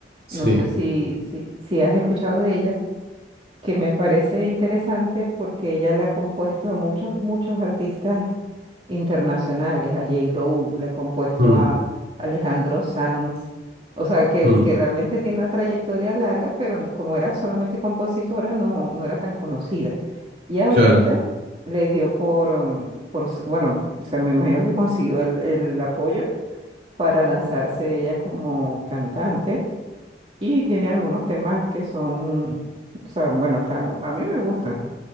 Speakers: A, on the right; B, on the right.
A: sí.
B: no sé si, si, si has escuchado de ella, que me parece interesante porque ella le ha compuesto a muchos, muchos artistas internacionales, a J-Lo, le ha compuesto
A: mm,
B: a Alejandro Sanz, o sea, que,
A: mm,
B: que realmente tiene una trayectoria larga, pero no- como era solamente compositora, no, no era tan conocida. Y ahorita
A: claro,
B: le dio por, um, por s- bueno, o sea, me imagino que consiguió el, el apoyo para lanzarse ella como cantante y tiene algunos temas que son, o sea, bueno, están, a mí me gustan.